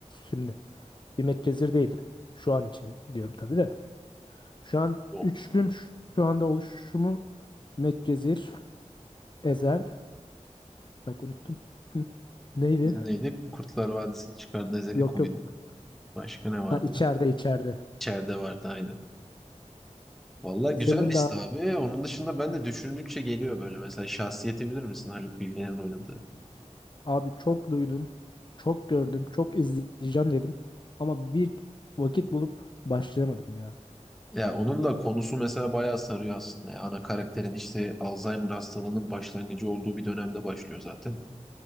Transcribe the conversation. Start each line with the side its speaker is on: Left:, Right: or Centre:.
Left: Şimdi bir Medcezir değil. Şu an için diyorum tabii de. Şu an
Centre: O
Left: üçlüm ş- şu anda oluşumu Medcezir, Ezel. Bak unuttum. Hı. Neydi?
Centre: biri neydi? Kurtlar Vadisi'nin çıkardığı Ezeli
Left: Yok
Centre: oyunu.
Left: yok.
Centre: Başka ne vardı?
Left: Ha içeride içeride.
Centre: İçeride vardı aynen. Valla güzel
Left: Senin
Centre: liste
Left: de
Centre: abi. Onun dışında ben de düşündükçe geliyor böyle. Mesela şahsiyeti bilir misin? Haluk Bilginer'in oynadığı.
Left: Abi çok duydum, çok gördüm, çok izleyeceğim dedim. Ama bir vakit bulup başlayamadım ya.
Centre: Ya onun da konusu mesela bayağı sarıyor aslında. Ya ana karakterin işte Alzheimer hastalığının başlangıcı olduğu bir dönemde başlıyor zaten.